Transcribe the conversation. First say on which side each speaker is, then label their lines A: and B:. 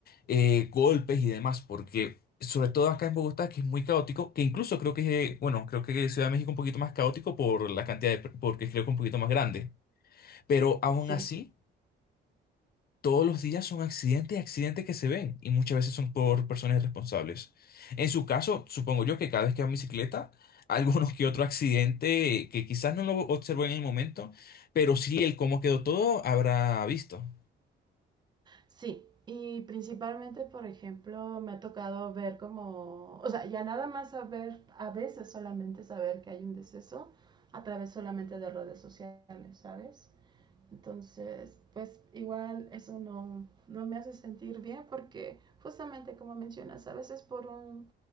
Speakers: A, on the left; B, on the right.
A: eh, golpes y demás, porque sobre todo acá en Bogotá, que es muy caótico, que incluso creo que, es, eh, bueno, creo que Ciudad de México un poquito más caótico por la cantidad de, porque creo que es un poquito más grande, pero aún
B: sí,
A: así. Todos los días son accidentes y accidentes que se ven y muchas veces son por personas irresponsables. En su caso, supongo yo que cada vez que va en bicicleta, <laughs> algunos que otro accidente que quizás no lo observó en el momento, pero sí el cómo quedó todo habrá visto.
B: sí. Y principalmente, por ejemplo, me ha tocado ver como, o sea, ya nada más saber, a veces solamente saber que hay un deceso a través solamente de redes sociales, ¿sabes? Entonces, pues igual eso no, no me hace sentir bien porque justamente como mencionas, a veces por un,